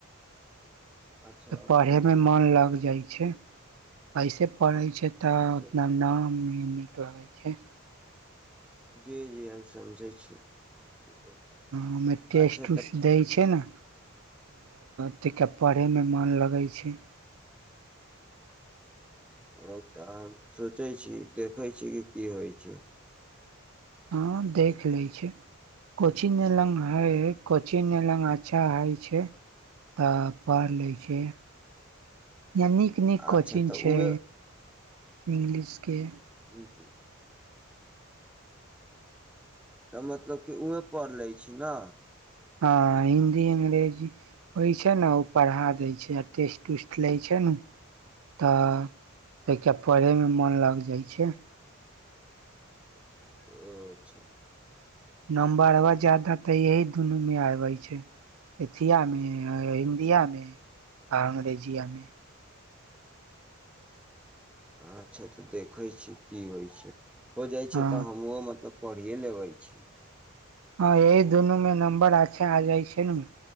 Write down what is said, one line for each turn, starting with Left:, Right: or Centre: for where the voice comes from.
Centre: अच्छा
Right: तऽ
Centre: ऑफलाइन
Right: पढ़े मे मन लग जाइ छै ऐसे पढ़ै छै
Centre: हँ
Right: तऽ ओतना नाम मे नीक लगैय छै
Centre: जी जी हम समझै छी बोल
Right: हमे टेस्ट
Centre: अच्छा
Right: उस्ट
Centre: तऽ
Right: दैय छै न तऽ त पढ़यमे मन लगैय छै
Centre: ओ तऽ हम सोचै छी देखैत छी की होइ छै
Right: हाँ देख लै छै कोची लंग हइ कोची लंग अच्छा हइ छै तऽ पढ़ लिख छै या नीक नीक
Centre: अच्छा
Right: कोचिंग
Centre: तऽ
Right: छै
Centre: उहे
Right: इंग्लिशके
Centre: जे तऽ मतलब कि उहैं पढ़ लए छी न
Right: ह हिन्दी अंग्रेजी होइ छै न ओ पढ़ा देे छै आ टेस्ट उस्ट लए छै तऽ क पढ़य मे मोन लाग जाइ छै
Centre: ओ अच्छा
Right: नम्बरबा ज्यादा तऽ यही दुनू मे आबै छै इथियामे अहिन्दियामे आ अंग्रेजियामे
Centre: अच्छा तऽ देखै छीयै की होइ छै हो जाइ
Right: हँ
Centre: छै तऽ हमहुँ मतलब पढ़िये लेबई छी
Right: हँ एह दुनोमे नंबर अच्छा आ जाइ छै न